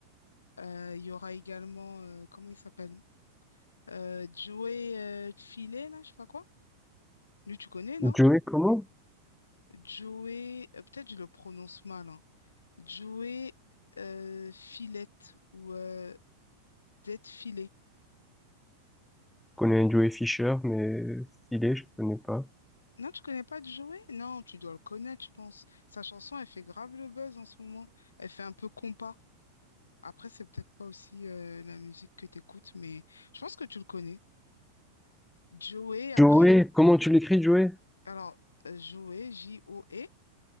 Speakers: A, on the left; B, in the centre.
A: Euh, il y aura également... euh, comment il s'appelle? Euh, Joey euh, Tfilé, là, je sais pas quoi. Lui, tu connais, non?
B: Joey, comment?
A: Joey... euh, peut-être je le prononce mal, hein. Joey euh, Filette ou euh, Filet.
B: Je connais un Joey Fisher, mais Stylé, je connais pas.
A: Non, tu connais pas Joey? Non, tu dois le connaître, je pense. Sa chanson, elle fait grave le buzz en ce moment. Elle fait un peu compas. Après, c'est peut-être pas aussi euh, la musique que t'écoutes, mais je pense que tu le connais. Joey, après,
B: Joey, comment tu l'écris, Joey?
A: alors, euh, Joey, J-O-E,